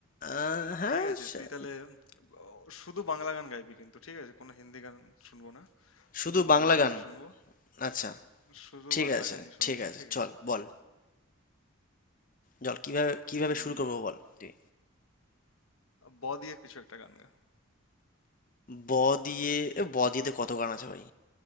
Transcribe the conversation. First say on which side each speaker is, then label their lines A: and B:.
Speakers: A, on the left; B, on the left.
A: আহ, হ্যাঁ
B: ঠিক আছে
A: সে-
B: তুই তাহলে আহ, শুধু বাংলা গান গাইবি কিন্তু ঠিক আছে কোনো হিন্দি গান শুনবো না
A: শুধু
B: শুধু বাংলা
A: বাংলা
B: গানই
A: গান
B: শুনবো
A: আচ্ছা
B: শুধু
A: ঠিক
B: বাংলা
A: আছে
B: গানই শুনবো
A: ঠিক আছে
B: ঠিক
A: চল
B: আছে
A: বল চল কিভাবে কিভাবে
B: উম
A: শুরু করবো বল তুই
B: ব দিয়ে কিছু একটা গান গা
A: ব দিয়ে এ ব দিয়ে তো কত গান আছে ভাই